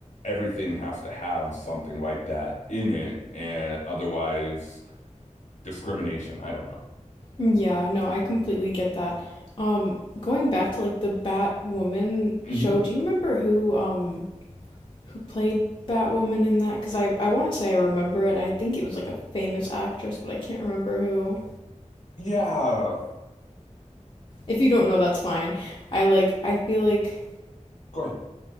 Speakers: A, on the left; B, on the left.
A: everything has to have something like that in it, and otherwise discrimination. I don't know.
B: Yeah, no, I completely get that. Um going back to like the Batwoman
A: hmm
B: show, do you remember who um who played Batwoman in that because I, I want to say I remember it. I think it was like a famous actress, but I can't remember who.
A: Yeah.
B: If you don't know, that's fine. I like,
A: Yeah.
B: I feel like,
A: Go ahead.